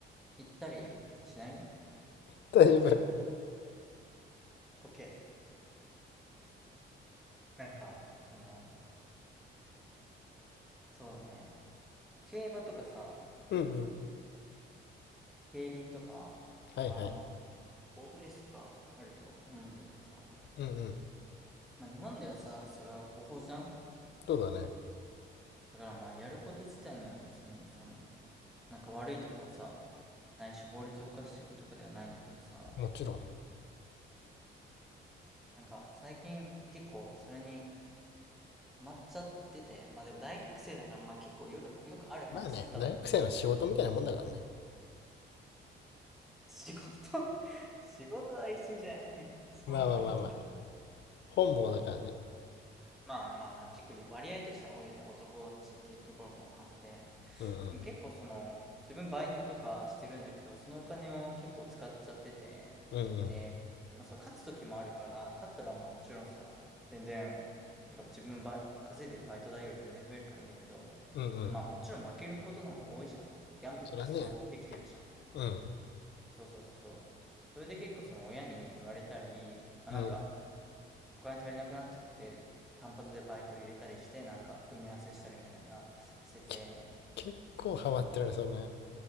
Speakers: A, in the centre; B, on the left.
A: 言ったりしない
B: <laughs> 大丈夫。
A: ?OK。なんか、その、そうだね。競馬とかさ、
B: うんうん。
A: 競輪とか、
B: はいはい。
A: あの、ボートレースとかあると思うんだけどさ、
B: うんうん。
A: まあ日本ではさ、それは合法じゃん
B: そうだね。
A: だからまあやること自体には別にそのなんか悪いとかさ、ないし法律を犯してるとかではないんだけどさ、
B: もちろん。
A: なんか最近結構それにハマっちゃってて、まあでも大学生だからまあ結構よく、よくある話だと思う。
B: まあね、大学生の仕事みたいなもんだからね。
A: 仕事 <laughs> 仕事は言い過ぎじゃない <laughs> そんなこと。
B: まあまあまあまあ。本望だからね。
A: まあまあまあ、結構割合としては多いよね。男だしっていうところもあって。
B: うんうん。
A: でも結構その、自分バイトとかしてるんだけど、そのお金を結構使っちゃってて、
B: うんうん。
A: で、まあそう、勝つ時もあるから、勝ったらまあもちろんさ、全然、なんか自分ば稼いでるバイト代より全然増えるからいいんだけど、
B: うんうん。
A: まあもちろん負けることの方が多いじゃん。ギャンブルってそうできてるじゃん。
B: そらね。うん
A: そうそうそうそう。それで結構その親に言われたり、まあなんか、
B: うん。
A: お金足りなくなっちゃって、単発でバイト入れたりして、なんか埋め合わせしたりみたいなしてて、
B: け、結構ハマってるね、それね。